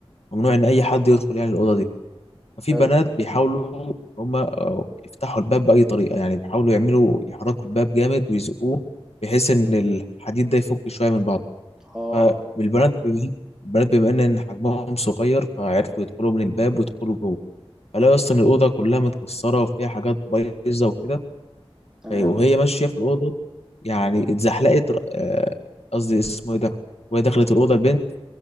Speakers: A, on the left (about 80°); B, in the centre.
A: ممنوع إن أي حد يدخل يعني الأوضة دي ففي
B: حلو
A: بنات بيحاولوا هم يفتحوا الباب بأي طريقة يعني بيحاولوا يعملوا يحركوا الباب جامد ويزقوه بحيث إن الحديد ده يفك شوية من بعضه
B: اه
A: فالبنات
B: اه
A: بم- البنات بما إن إن حجمهم صغير فعرفوا يدخلوا من الباب ويدخلوا جوه فلاقوا أصلا الأوضة كلها متكسرة وفيها حاجات بايظة وكده
B: تمام
A: ف- وهي ماشية في الأوضة يعني اتزحلقت آه، قصدي اسمه إيه ده وهي دخلت الأوضة البنت